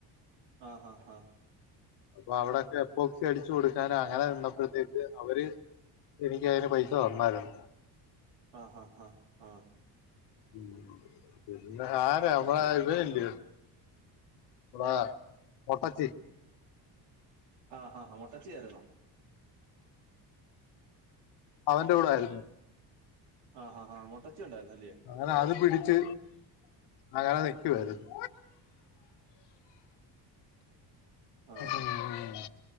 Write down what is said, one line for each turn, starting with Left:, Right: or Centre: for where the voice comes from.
Right: ആഹ് ഹഹ
Left: അപ്പൊ അവിടെക്കെ എപ്പോക്സി അടിച്ചു കൊടു ഞാൻ അങ്ങനെ വന്നപ്പോഴത്തേക്ക് അവര് എനിക്ക് അയിന് പൈസ തന്നായിരുന്നു
Right: ആഹ് ഹ ഹ ആഹ്
Left: ഉം പിന്നെ ആര നമ്മള
Right: അത്
Left: ഇവനില്ലയോ <unintelligible> മൊട്ടച്ചി
Right: അ ആഹ് മൊട്ടച്ചി ആരുന്നോ
Left: അവന്റെ കൂടെ ആരുന്നു
Right: അ ഹാ ഹാ മൊട്ടച്ചി ഉണ്ടായിരുന്നില്ലേ
Left: അങ്ങന അത് പിടിച്ച് അങ്ങന നിക്കുവാരുന്നു
Right: ആഹ്
Left: ഉം.